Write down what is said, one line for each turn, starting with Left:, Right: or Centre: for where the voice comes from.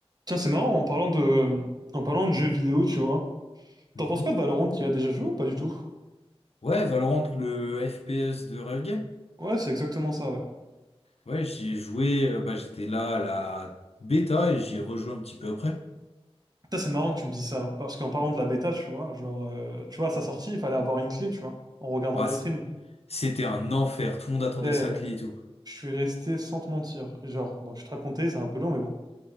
Right: Tiens, c'est marrant, en parlant de, en parlant de jeux vidéo, tu vois.
Left: Mhm.
Right: T'en penses quoi de Valorant? Tu y as déjà joué ou pas du tout?
Left: Ouais, Valorant, le FPS de Riot Games.
Right: Ouais, c'est exactement ça, ouais.
Left: Ouais, j'y ai joué, euh, bah, j'étais là à la bêta et j'y ai rejoué un petit peu après.
Right: Putain, c'est marrant que tu me dis ça, parce qu'en parlant de la bêta, tu vois, genre, euh, tu vois, à sa sortie, il fallait avoir une clé, tu vois, en regardant
Left: Ouais,
Right: des
Left: c-
Right: streams.
Left: c'était un enfer, tout le monde attendait
Right: Et
Left: sa clé et tout.
Right: je suis resté sans te mentir. Genre, bon, je vais te raconter, c'est un peu long, mais bon.